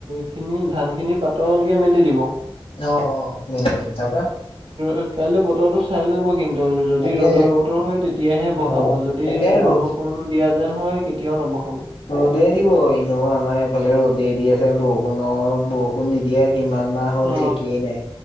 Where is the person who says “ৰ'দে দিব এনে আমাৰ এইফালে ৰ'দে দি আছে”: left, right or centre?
Left